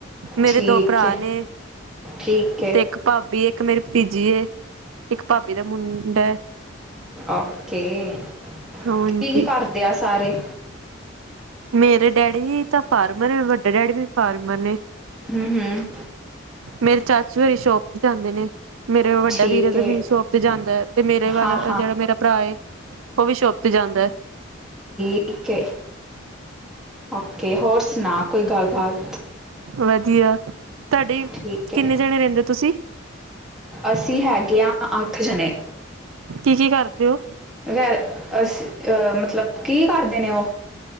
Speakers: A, on the right; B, in the centre.
A: ਮੇਰੇ
B: ਠੀਕ
A: ਦੋ ਭਰਾ
B: ਹੈ
A: ਨੇ।
B: ਠੀਕ ਹੈ
A: ਤੇ ਇੱਕ ਭਾਬੀ, ਇੱਕ ਮੇਰੀ ਭਤੀਜੀ ਏ, ਇੱਕ ਭਾਬੀ ਦਾ ਮੁੰਡਾ ਹੈ।
B: ਓਕੇ, ਕੀ-
A: ਹਾਂਜੀ
B: ਕੀ ਕਰਦੇ ਆ ਸਾਰੇ?
A: ਮੇਰੇ ਡੈਡੀ ਤਾਂ ਫਾਰਮਰ ਨੇ, ਵੱਡੇ ਡੈਡੀ ਵੀ, ਫਾਰਮਰ ਨੇ।
B: ਹੂੰ-ਹੂੰ,
A: ਮੇਰੇ ਚਾਚੂ, ਹਰੀ ਸ਼ੋਪ ਤੇ ਜਾਂਦੇ ਨੇ। ਮੇਰੇ ਵੱਡਾ
B: ਠੀਕ
A: ਵੀਰ, ਦੇ
B: ਹੈ
A: ਵੀ ਸ਼ੋਪ ਤੇ ਜਾਂਦਾ ਹੈ। ਤੇ ਮੇਰੇ ਵੱਲ
B: ਹਾਂ ਹਾਂ
A: ਜਿਹੜਾ ਮੇਰਾ ਭਰਾ ਏ ਉਹ ਵੀ, ਸ਼ੋਪ ਤੇ ਜਾਂਦਾ ਹੈ।
B: ਓਕੇ, ਓਕੇ ਹੋਰ ਸੁਣਾ ਕੋਈ ਗੱਲਬਾਤ?
A: ਵਧੀਆ, ਤੁਹਾਡੇ
B: ਠੀਕ
A: ਕਿੰਨੇ
B: ਹੈ
A: ਜਾਣੇ ਰਹਿੰਦੇ ਹੋ ਤੁਸੀਂ?
B: ਅਸੀਂ, ਹੈਗੇ ਹਾਂ ਅੱਠ ਜਣੇ।
A: ਕੀ -ਕੀ ਕਰਦੇ ਹੋ?
B: ਵ, ਅ ਅਹ ਮਤਲਬ, ਕੀ ਕਰਦੇ ਨੇ ਉਹ?